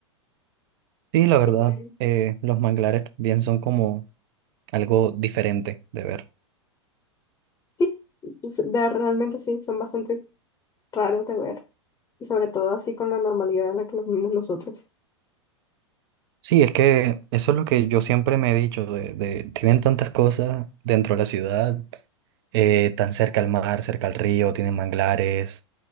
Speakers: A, on the right; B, on the left.
A: Sí, la verdad,
B: Genial.
A: eh, los manglares también son como algo diferente de ver.
B: Sí, pues, de- realmente sí, son bastante raros de ver y sobre todo así con la normalidad en la que los vivimos nosotros.
A: Sí, es que eso es lo que yo siempre me he dicho, de, de- tienen tantas cosas dentro de la ciudad, eh, tan cerca al mar, cerca al río, tienen manglares,